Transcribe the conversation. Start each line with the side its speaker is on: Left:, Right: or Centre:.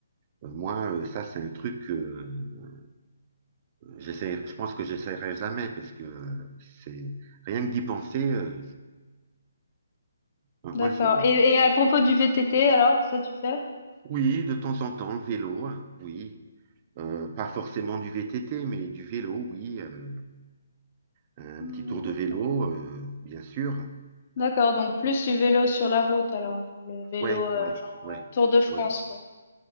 Right: moi euh, ça c'est un truc que euh, j'essaie, je pense que j'essaierai jamais parce que euh, c'est rien que d'y penser. euh, ben,
Left: D'accord.
Right: moi je
Left: Et, et à propos du VTT alors, ça tu fais?
Right: oui de temps en temps le vélo, hein, oui Euh, pas forcément du VTT mais du vélo, oui euh, un
Left: Hmm,
Right: petit tour de
Left: d'accord.
Right: vélo euh, bien sûr.
Left: D'accord, donc plus du vélo sur la route alors, genre le vélo
Right: Ouais
Left: euh,
Right: ouais
Left: genre
Right: ouais
Left: euh, Tour de France
Right: ouais.
Left: quoi.